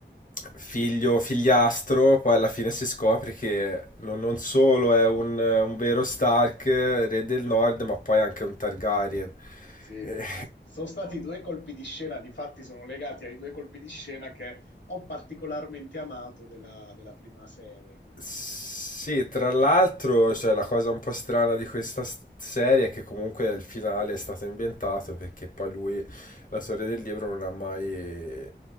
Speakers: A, on the left; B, on the left.
A: figlio, figliastro, poi alla fine si scopre che non, non solo è un, un vero Stark, re del Nord, ma poi anche un Targaryen.
B: Sì,
A: <laughs>
B: s- sono stati due colpi di scena, difatti sono legati ai due colpi di scena che ho particolarmente amato della, della prima serie, quindi...
A: Sì,
B: sì, mi stavo-
A: tra l'altro, cioè, la cosa un po' strana di questa s- serie è che comunque il finale è stato inventato perché poi lui, la storia del libro, non ha mai...